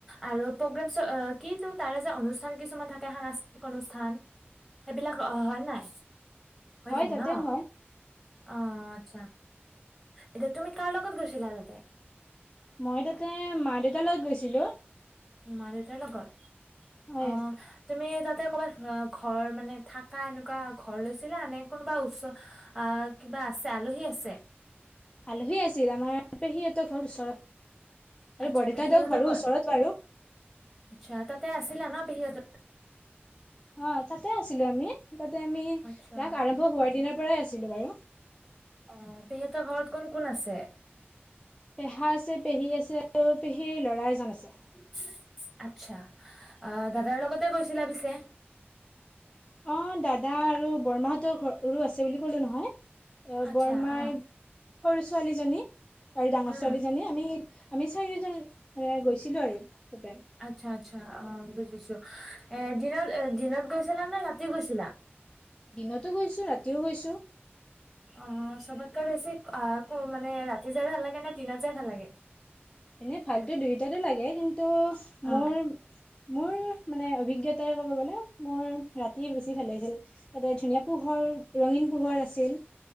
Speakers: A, in the centre; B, on the left.
A: আৰু প্ৰগ্ৰেমচ কিটো তাৰে যে অনুষ্ঠান কিছুমান থাকে সাংস্কৃতিক অনুষ্ঠান। সেইবিলাক অ', হয় নাই? হৈ
B: হয়
A: থাকে
B: তাতেও
A: ন?
B: হয়।
A: অ', আচ্ছা। এতিয়া তুমি কাৰ লগত গৈছিলা তাতে?
B: মই তাতে মা-দেউতা লগত গৈছিলোঁ।
A: মা-দেউতাৰ লগত
B: হয়
A: অহ। তুমি তাতে ক'বাত ঘৰ মানে থাকা এনেকুৱা ঘৰ লৈছিলা? নে কোনোবা ওচৰ। আহ কিবা আছে আলহী আছে?
B: আলহী আছিল আমাৰ পেহীহঁতৰ ঘৰ ওচৰ আৰু
A: আচ্ছা
B: বৰদেউতাৰ
A: পেহীহঁতৰ
B: ঘৰো
A: ঘৰত
B: ওচৰত বাৰু।
A: আচ্ছা! তাতে আছিলা ন পেহীহঁত।
B: অহ তাতে আছিলো আমি তাতে আমি
A: আচ্ছা
B: ৰাস আৰম্ভ হোৱাৰ দিনৰ পৰাই আছিলোঁ বাৰু।
A: অহ পেহী হঁতৰ ঘৰত কোন কোন আছে?
B: পেহা আছে পেহী আছে আৰু পেহীৰ ল'ৰা এজন আছে।
A: আচ আচ্ছা! অহ দাদাৰ লগতে গৈছিলা পিছে?
B: অহ দাদা আৰু বৰমা হতঁৰ ঘৰুৰো আছে বুলি ক'লো নহয়। অহ
A: আচ্ছা
B: বৰমাৰ
A: অ
B: সৰু ছোৱালী জনী আৰু ডাঙৰ
A: উম
B: ছোৱালী জনী আমি আমি চাৰিওজন এ গৈছিলোঁ আৰু তাতে।
A: আচ্ছা আচ্ছা! অহ বুজিছোঁ এ দিনত দিনত গৈছিলা নে ৰাতি গৈছিলা?
B: দিনতো গৈছোঁ, ৰাতিও গৈছোঁ।
A: অহ চবতকৈ অহ কো মানে ৰাতি যায় ভাল লাগে নে দিনত যায় ভাল লাগে?
B: এনেই ভালতো দুয়োটা লাগে। কিন্তু
A: অ
B: মোৰ। মোৰ মানে অভিজ্ঞতাৰে ক'ব গ'লে মোৰ ৰাতি বেছি ভাল লাগিছিল। তাতে ধুনীয়া পোহৰ ৰঙীন পোহৰ আছিল।